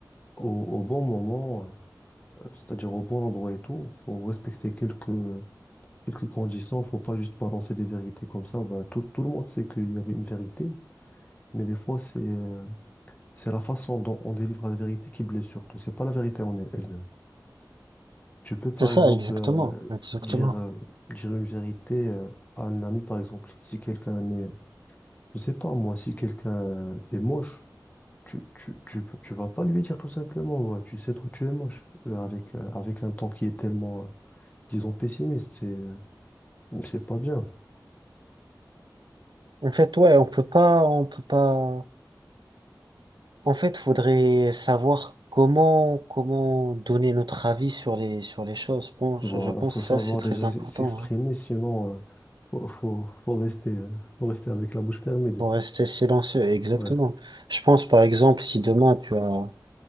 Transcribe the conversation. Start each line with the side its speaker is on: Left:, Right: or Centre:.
Left: au, au bon moment, euh, c'est-à-dire au bon endroit et tout. Faut respecter quelques, Quelques conditions, faut pas juste balancer des vérités comme ça. Bah, tout, tout le monde sait qu'il y avait une vérité, mais des fois, c'est euh, c'est la façon dont on délivre la vérité qui blesse surtout. C'est pas la vérité en elle- elle-même. Tu peux, par
Right: C'est ça,
Left: exemple,
Right: exactement,
Left: euh,
Right: exactement.
Left: dire, euh, dire une vérité euh, à un ami, par exemple. Si quelqu'un est, je sais pas, moi, si quelqu'un euh, est moche, tu, tu, tu, tu vas pas lui dire tout simplement, ouais, tu sais, toi, tu es moche. Euh, avec, euh, avec un ton qui est tellement, euh, disons, pessimiste, c'est, euh, c'est pas bien.
Right: En fait, ouais, on peut pas, on peut pas. En fait, faudrait savoir comment, comment donner notre avis sur les, sur les choses. Bon, je
Left: Voilà,
Right: je pense
Left: faut
Right: que
Left: savoir
Right: ça, c'est très
Left: déjà s-
Right: important.
Left: s'exprimer,
Right: hein,
Left: sinon euh, faut, faut, faut rester, euh, faut rester avec la bouche fermée des
Right: Pour
Left: fois.
Right: rester silencieux, exactement.
Left: Ouais,
Right: Je pense, par exemple, si demain tu as un,